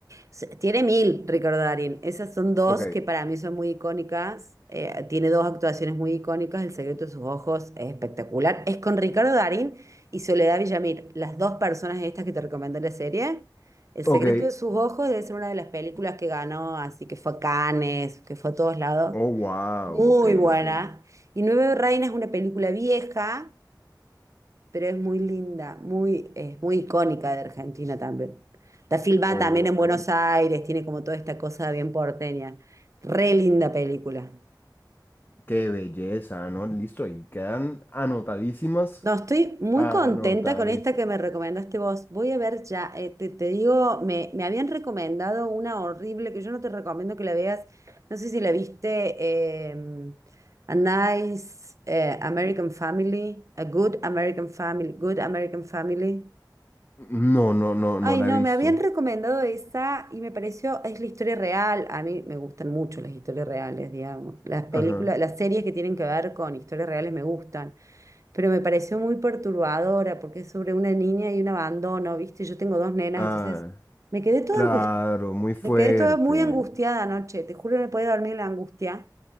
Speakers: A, on the right; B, on the left.
A: Se- Tiene mil, Ricardo Darín. Esas son dos
B: Ok.
A: que para mí son muy icónicas. Eh, tiene dos actuaciones muy icónicas. El secreto de sus ojos es espectacular. Es con Ricardo Darín y Soledad Villamil, las dos personas estas que te recomendé la serie. El
B: Ok.
A: secreto de sus ojos debe ser una de las películas que ganó, así que fue a Cannes, que fue a todos lados.
B: Oh, wow.
A: Muy
B: Ok,
A: buena.
B: ok.
A: Y Nueve Reinas es una película vieja pero es muy linda, muy, es muy icónica de Argentina también. Está filmada
B: Ok.
A: también en Buenos Aires, tiene como toda esta cosa bien porteña. Re linda película.
B: Qué belleza, ¿no? Listo. Y quedan anotadísimas.
A: No, estoy muy
B: Anotadísimas.
A: contenta con esta que me recomendaste vos. Voy a ver ya, eh, te, te digo, me, me habían recomendado una horrible que yo no te recomiendo que la veas. No sé si la viste, eh, A Nice eh, American Family, A Good American Family, Good American Family.
B: No, no, no, no
A: Ay,
B: la
A: no,
B: he visto.
A: me habían recomendado esa y me pareció, es la historia real. A mí me gustan mucho las historias reales, digamos. Las películas,
B: Ajá.
A: las series que tienen que ver con historias reales me gustan, pero me pareció muy perturbadora porque es sobre una niña y un abandono, ¿viste? Yo tengo dos nenas,
B: Ah,
A: entonces me quedé toda
B: claro.
A: angustiada,
B: Muy fuerte.
A: me quedé toda muy angustiada anoche, te juro, no podía dormir la angustia.